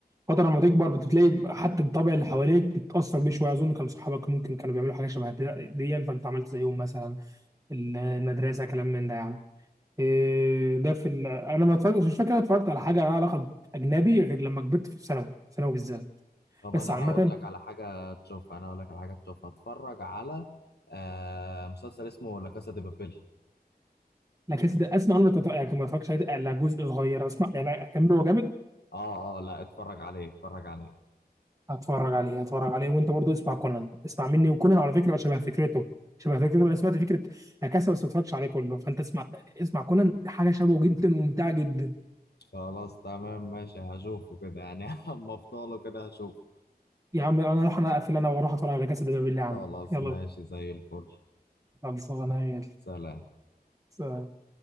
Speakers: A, on the right; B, on the left.
A: الفترة لما تكبر بتلاقي حتى الطبع اللي حواليك بتتأثر بيه شوية أظن كان صحابك ممكن كانوا بيعملوا حاجة شبه دي دياً، فأنت عملت زيهم مثلا المدرسة كلام من ده يعني إيه ده في ال... انا ما اتفرجتش مش فاكر انا اتفرجت على حاجه لها علاقه اجنبي غير لما كبرت في ثانوي ثانوي بالذات
B: طب
A: بس
B: انا
A: عامه
B: هقول لك على حاجة تشوفها انا هقول لك على حاجة تشوفها اتفرج على آه مسلسل اسمه لا كاسا دي بابيل
A: لا كاسا ده اسمع عنه لكن- يعني ما اتفرجتش عليه الا جزء صغير اسمع يعني اكمله هو جامد
B: اه اه لا اتفرج عليه اتفرج عليه
A: هتفرج عليه هتفرج عليه وانت برضو اسمع كونان اسمع مني وكونان على فكره شبه فكرته شبه فكرته انا سمعت فكره لا كاسا بس ما اتفرجتش عليه كله فانت اسمع اسمع كونان حاجه شبهه جدا وممتعه جدا
B: خلاص تمام ماشي هشوفه كده يعني <laughs> اما افضله كده هشوفه
A: يا عم انا اروح انا اقفل انا واروح اتفرج على كاسا ده بالله يا عم
B: خلاص
A: يلا
B: ماشي زي الفل
A: خلصانه يلا
B: سلام
A: سلام.